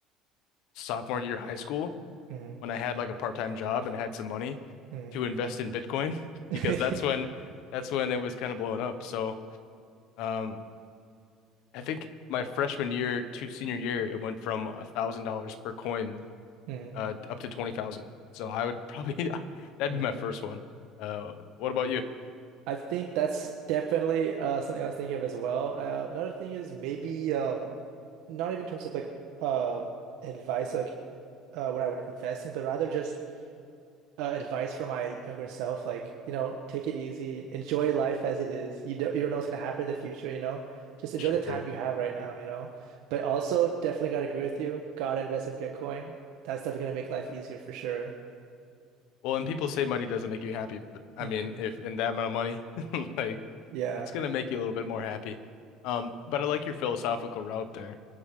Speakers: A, on the left; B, on the right.
A: sophomore year high school
B: hmm
A: when I had like a part-time job and had some money
B: hmm
A: to invest in Bitcoin <laughs>
B: <laughs>
A: because that's when that's when it was kind of blowing up. So, um, I think my freshman year to senior year, it went from a thousand dollars per coin
B: hmm
A: uh up to 20,000. So I would probably <laughs> that'd
B: hmm
A: be my first one. Uh what about you?
B: I think that's definitely uh, something I was thinking of as well. Uh, another thing is maybe um, not even in terms of like um advice, like uh, what I would invest in, but rather just uh, advice for my younger self. Like, you know, take it easy, enjoy life as it is. You don't you don't know what's gonna happen in the future, you know. Just enjoy
A: Sure.
B: the time you have right now, you know. But also, definitely gotta agree with you. Gotta invest in Bitcoin. That's definitely gonna make life easier for sure.
A: Well, and people say money doesn't make you happy, but I
B: hmm
A: mean, if in that amount of money, <laughs> like
B: Yeah.
A: that's gonna make you a little bit more happy. Um, but I like your philosophical route there.